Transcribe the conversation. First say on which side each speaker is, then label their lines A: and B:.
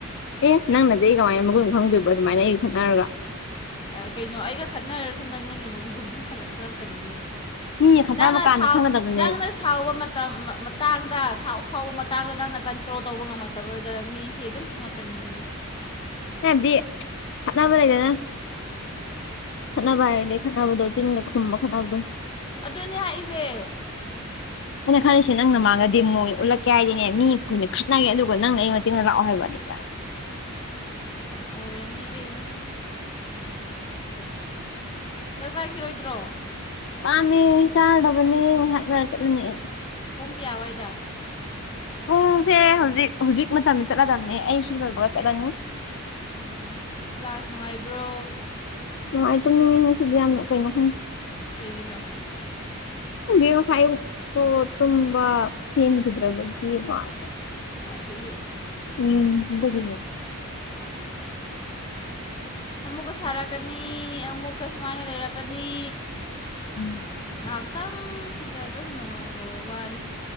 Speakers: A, on the left (about 55°); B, on the left (about 20°).
A: ꯑꯦ ꯅꯪꯅꯗꯤ ꯑꯩ ꯀꯃꯥꯏꯅ ꯃꯈꯨꯟ ꯈꯪꯗꯣꯏꯕ ꯑꯗꯨꯃꯥꯏꯅ ꯑꯩꯒ ꯈꯠꯅꯔꯒ
B: ꯀꯩꯅꯣ ꯑꯩꯒ ꯈꯠꯅꯔꯁꯨ ꯅꯪꯅꯉ ꯃꯒꯨꯝ ꯨꯗꯨꯨꯝ ꯈꯜꯂꯛ ꯈꯒꯪ ꯀꯅꯤ
A: ꯃꯤꯒ ꯈꯠꯅꯕ
B: ꯅꯪꯅ
A: ꯀꯥꯟꯗ
B: ꯁꯥꯎ
A: ꯈꯪꯒꯗꯕꯅꯦ
B: ꯅꯪꯅ ꯁꯥꯎꯕ ꯃꯇꯝ ꯃꯇꯥꯡꯗ ꯁꯥꯎꯕ ꯃꯇꯥꯡꯗ ꯅꯪꯅ ꯀꯟꯇ꯭ꯔꯣꯜ ꯇꯧꯕ ꯉꯝꯃꯛꯇꯕꯗ ꯃꯤꯁꯦ ꯑꯗꯨꯝ ꯈꯪꯉꯛꯀꯅꯤꯌꯦ
A: ꯗꯤꯠꯅꯥꯕꯔꯗꯅ ꯈꯠꯅꯕ
B: ꯀꯩ
A: ꯍꯥꯏꯔꯗꯤ ꯈꯠꯅꯕꯗꯣ ꯆꯤꯟꯒ ꯈꯨꯝꯕ ꯈꯅꯥꯅꯕꯗꯣ
B: ꯑꯗꯨꯅꯦ ꯍꯥꯏꯏꯁꯦ
A: ꯑꯩꯅ ꯈꯜꯂꯤꯁꯤꯦ ꯅꯪꯅ ꯃꯥꯡꯅꯗꯤ ꯃꯣꯏ ꯎꯠꯂꯛꯀꯦ ꯍꯥꯏꯗꯤꯅꯦ ꯃꯤ ꯑꯩꯈꯣꯏꯅ ꯈꯠꯅꯒꯦ ꯑꯗꯨꯒ ꯅꯪꯅ ꯑꯩ ꯃꯇꯦꯡꯗ ꯂꯥꯛꯑꯣ ꯍꯥꯏꯕ ꯅꯤ ꯇ
B: ꯎꯝ ꯑꯣꯏꯔꯅꯤ ꯏꯕꯦꯝꯃ ꯆꯥꯛ ꯆꯈꯤꯔꯣꯏꯗ꯭ꯔꯣ
A: ꯄꯥꯝꯃꯤ ꯆꯥꯔꯕꯅꯤ ꯉꯥꯏꯍꯥꯛ ꯉꯔ ꯆꯠꯂꯅꯤ
B: ꯄꯨꯡꯒꯤ ꯑꯋꯥꯏꯗ
A: ꯄꯨꯡꯁꯦ ꯍꯧꯖꯤꯛ ꯍꯧꯖꯤꯛ ꯃꯇꯝꯁ ꯆꯠꯂꯗꯝꯕꯅꯦ ꯑꯩꯁꯨ ꯂꯣꯏꯕ꯭ꯔꯒ ꯆꯠꯂꯅꯤ
B: ꯑꯣ ꯀ꯭ꯂꯥꯁ ꯅꯨꯡꯉꯥꯏꯕ꯭ꯔꯣ
A: ꯅꯨꯡꯉꯥꯏ ꯇꯨꯝꯅꯤꯡꯉꯤ ꯉꯁꯤꯗꯤ ꯌꯥꯝꯅ ꯀꯩꯅꯣ ꯈꯪꯁꯤꯦ
B: ꯀꯩꯒꯤꯅꯣ
A: ꯦꯁꯥꯏꯣ ꯇꯨꯝꯕꯥ ꯄꯦꯟꯒꯤꯗ꯭ꯔꯕꯒꯤ ꯃꯥꯜꯂꯦ
B: <inaudible>
A: ꯎꯝ ꯑꯗꯨꯒꯤꯅꯦ
B: ꯑꯃꯨꯛꯀ ꯁꯥꯔꯛꯀꯅꯤ ꯑꯃꯨꯛꯀ ꯁꯨꯃꯥꯏꯅ ꯂꯩꯔꯛꯀꯅꯤ
A: ꯎꯝ
B: ꯉꯥꯏꯍꯥꯛꯇꯪꯁꯤꯗ ꯑꯗꯨꯝ ꯅꯨꯡꯉꯥꯏꯕ ꯋꯥꯅꯤ